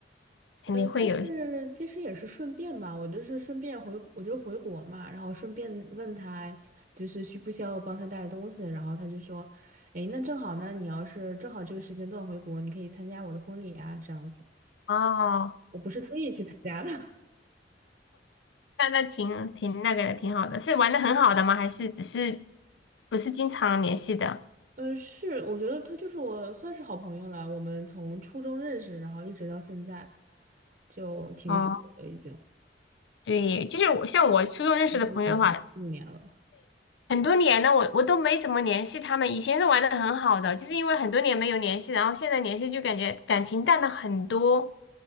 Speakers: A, on the left; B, on the right.
A: 肯定会有一些
B: 呃，但是其实也是顺便吧，我就是顺便回，我就回国嘛，然后顺便问他，就是需不需要我帮他带东西，然后他就说，诶，那正好呢，你要是正好这个时间段回国，你可以参加我的婚礼啊，这样子。
A: 哦，
B: 我不是特意去参加的，<laughs>
A: 那那挺挺那个的，挺好的，是玩的很好的吗？还是只是不是经常联系的？
B: 呃，是，我觉得他就是我算是好朋友了，我们从初中认识，然后一直到现在，就挺久的了，
A: 哦，
B: 已经
A: 对，就是我像我初中认识的朋友的话，
B: 一年了，四五年了，
A: 很多年了，我我都没怎么联系他们，以前是玩的很好的，就是因为很多年没有联系，然后现在联系就感觉感情淡了很多。